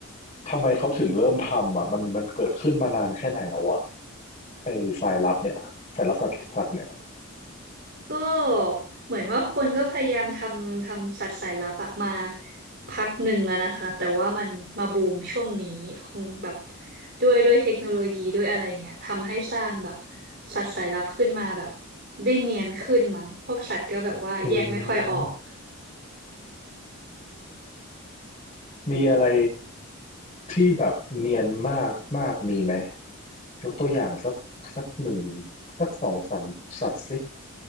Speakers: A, on the left (about 25°); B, on the right (about 50°).
A: ทำไมเขาถึงเริ่มทำอ่ะมันมันเกิดขึ้นมานานแค่ไหนแล้วอ่ะไอ้สายลับเนี่ยสายลับสัตว์สัตว์เนี่ย
B: ก็เหมือนว่าคนก็พยายามทำทำสัตว์สายลับอะมาพักหนึ่งแล้วนะคะแต่ว่ามันมาบูมช่วงนี้คงแบบด้วยด้วยเทคโนโลยีด้วยอะไรเงี้ยทำให้สร้างแบบสัตว์สายลับขึ้นมาแบบได้เนียนขึ้นมั้งพวกสัตว์ก็แบบว่าแยกไม่ค่อยออก
A: อืม มีอะไรที่แบบเนียนมากมากมีไหมยกตัวอย่างสักสักหนึ่งสักสองสามสัตว์สิ